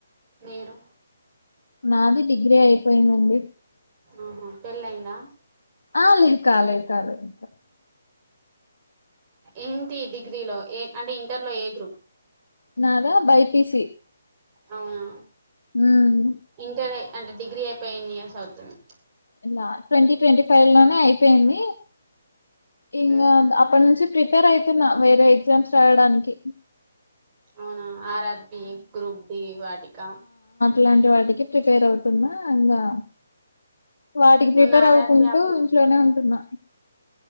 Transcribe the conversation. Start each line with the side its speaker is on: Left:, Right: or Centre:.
Right: మీరు
Left: నాది డిగ్రీ అయిపోయిందండి
Right: ఆహా పెళ్ళైందా
Left: ఆ లే కాల కాల ఇంకా
Right: ఏంటి డిగ్రీలో ఏ అంటే ఇంటర్లో ఏ గ్రూప్
Left: నాదా బైపిసి
Right: అవునా
Left: మ్మ్
Right: ఇంటర్ అంటే డిగ్రీ అయిపోయి ఎన్ని ఇయర్స్ అవుతుంది
Left: ఇలా ట్వంటీ ట్వంటీ ఫైవ్ లోనే అయిపోయింది ఇంగ
Right: ఉహు
Left: అక్కడ నుంచి ట్రిప్ ప్రిపేర్ అయూతున్నా వేరే ఎగ్జామ్స్ రాయడానికి
Right: అవునా ఆర్ ఆర్ ర్బి గ్రూప్ డి వాటికా
Left: ఇలాంటి వాటికి ప్రిపేర్ అవుతున్నా ఇంగా వాటికి
Right: మొన్న
Left: ప్రిపేర్
Right: ఆర్ఆర్బి
Left: అవకుంటూ
Right: అప్లి
Left: ఇంట్లోనే ఉంటున్నా